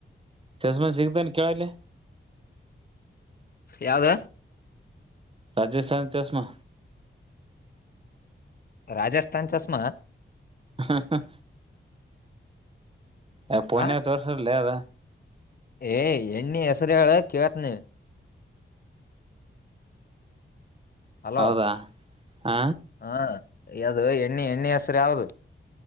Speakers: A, on the right (about 25°); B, on the left (about 45°).
A: ಚಸ್ಮೆನ್ ಸಿಗ್ತೇನೆ ಕೇಳ ಅಲ್ಲೆ.
B: ಯಾವ್ದ.
A: ರಾಜಸ್ಥಾನ ಚಸ್ಮಾ.
B: ರಾಜಸ್ಥಾನ್ ಚಸ್ಮ.
A: ಹಾ ಹ. ಯ ಪೋನನ್ಯಾಗ
B: ಆ
A: ತೋರಸ್ತಾರ್ ಅಲ್ಲೆ ಅದ.
B: ಏ ಎಣ್ಣಿ ಹೆಸರು ಹೇಳ ಕೇಳ್ತಿನಿ. ಹಲೋ
A: ಹೌದಾ ಹಾ.
B: ಹಾ ಅದು ಎಣ್ಣೆ ಎಣ್ಣೆ ಹೆಸರು ಯಾವದು.